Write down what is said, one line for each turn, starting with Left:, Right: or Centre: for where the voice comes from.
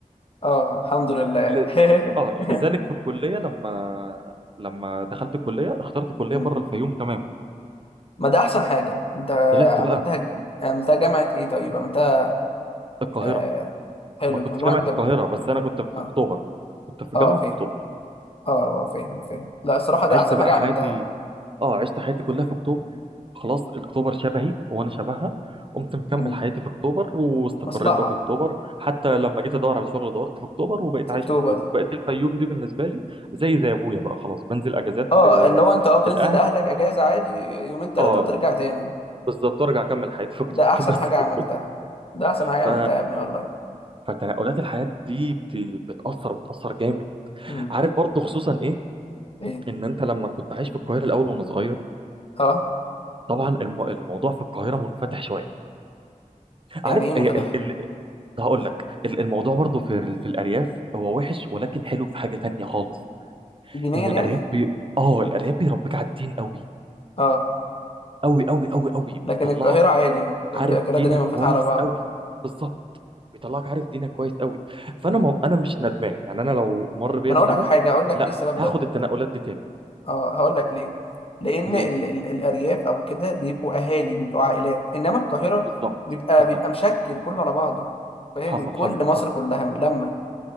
Left: اه الحمد لله
Right: ل...
Left: <laughs>
Right: اه لذلك في الكليه لما لما دخلت الكليه اخترت كليه
Left: مم.
Right: بره الفيوم تماما
Left: ما ده احسن حاجه انت
Right: طلعت
Left: عملتها
Right: بقى
Left: عملتها جامعه ايه طيب عملتها
Right: القاهره
Left: آه... حلو
Right: ما كنتش
Left: جامعه
Right: جامعه
Left: ده
Right: القاهره بس انا كنت في
Left: اه
Right: اكتوبر كنت في الجامعه
Left: اه فاهم
Right: في اكتوبر
Left: اه آه، فاهم فاهم لا الصراحه ده
Right: عشت
Left: احسن
Right: بقى
Left: حاجه عملتها
Right: حياتي اه عشت حياتي كلها
Left: مم.
Right: في اكتوبر خلاص اكتوبر شبهي وانا شبهها قمت مكمل
Left: مم.
Right: حياتي في اكتوبر واستقريت
Left: مصلحه
Right: بقى في اكتوبر حتى لما جيت ادور على شغل دورت في اكتوبر وبقيت
Left: في
Right: عايش
Left: اكتوبر
Right: في اكتوبر بقيت الفيوم دي بالنسبه لي زي زي ابويا بقى خلاص بنزل اجازات
Left: اه
Right: ل...
Left: اللي هو انت اه بتنزل
Right: للاهل
Left: لاهلك اجازه عادي يومين ثلاثه
Right: اه
Left: وترجع تاني
Right: بالظبط وارجع اكمل حياتي في اكتوبر
Left: ده احسن
Right: <laughs> بس
Left: حاجه
Right: كده
Left: عملتها ده احسن حاجه
Right: ف...
Left: عملتها يا ابني والله
Right: فتنقلات الحياه دي بت... بتاثر بتاثر جامد
Left: مم.
Right: عارف برضو خصوصا ايه
Left: ايه
Right: ان انت لما كنت عايش في القاهره الاول وانا صغير
Left: اه
Right: طبعا الم... الموضوع في القاهره منفتح شويه
Left: يعني
Right: عارف
Left: ايه منفتح
Right: إيه ال... ال... هقول لك ال- الموضوع برضو في ال... في الارياف هو وحش ولكن حلو في حاجه تانية خالص
Left: دينيا
Right: ان الارياف
Left: يعني
Right: بي... اه الارياف بيربيك على الدين قوي
Left: اه
Right: قوي قوي قوي قوي
Left: لكن
Right: بيطلعك
Left: القاهره عادي يعني. كل
Right: عارف
Left: القاهره
Right: دينك
Left: دينيا منفتحه
Right: كويس
Left: على بعض
Right: قوي بالظبط بيطلعك عارف دينك كويس قوي فانا
Left: مم.
Right: ما انا مش ندمان يعني انا لو مر بيا
Left: ما انا
Right: الزمن
Left: اقول لك حاجه اقول لك
Right: لا
Left: ليه السبب ده
Right: هاخد التنقلات دي تاني
Left: اه هقول لك ليه لان
Right: ليه؟
Left: ال ال الارياف او كده بيبقوا اهالي بيبقوا عائلات انما القاهره
Right: بالظبط
Left: بيبقى
Right: بالظبط
Left: بيبقى مشكل كله على بعضه فاهم
Right: حصل
Left: من كل
Right: حصل
Left: مصر
Right: حصل
Left: كلها لما